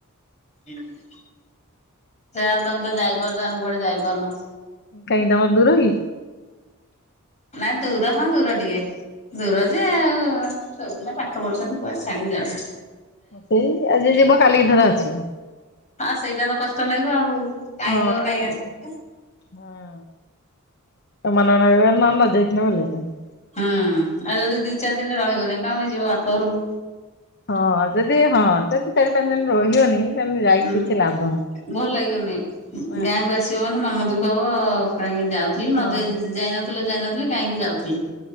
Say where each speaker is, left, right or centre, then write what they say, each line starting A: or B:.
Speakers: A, on the left; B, on the left.
A: ସେଇଆ ଆଉ ତମେ ତ ଯାଇପାରୁଛ, ଆମେ କୁଆଡେ ଯାଇପାରୁନୁ?
B: କାଇଁ ତମର ଦୂର କି?
A: ନାଇଁ ଦୂର ହଁ, ଦୂର ଟିକେ। ଦୂର ଯେ ଆଉ ଛୁଆ ଦି ଜଣ ପାଠ ପଢୁଛନ୍ତି, କୁଆଡେ ଛାଡିକି ଯାଉଛି?
B: ହଁ ସେଇ ଆଜି ଯିବ, କାଲିିକି ଧର ଆସିବ।
A: ଆଉ ସେଇଟା ତ କଷ୍ଟ ଲାଗିବ ଆଉ। କାହିଁ
B: ହଁ।
A: ଯିବ କାହିଁ ଆସିବ।
B: ହଁ ତୋ ମନ ରହିବନି, ନହେଲେ ନ ଯାଇଥିଲେ ଭଲ ହେଇଥାନ୍ତା।
A: ହୁଁ ଆଉ ଯଦି ଦି ଚାରି ଦିନ ରହିବନି, କଣ ପାଇଁ ଯିବ ବାପଘରକୁ।
B: ହଁ ଯଦି ହଁ ଯଦି ଚାରି ପାଞ୍ଚ ଦିନ ରହିବନି ତାହେଲେ ଯାଇକି
A: ହୁଁ
B: କିଛି ଲାଭ
A: ଭଲ ଲାଗିବନି,
B: ନାହିଁ।
A: ଗାଁକୁ ଆସି ଆସିବ ମାନେ ମନ ଦୁଃଖ ହବ, କାହିଁକି ଯାଉଥିଲି ନ
B: ହଁ
A: ଯାଇନଥିଲେ ଯାଇନଥିଲେ କାହିଁକି ଯାଉଥିଲେ?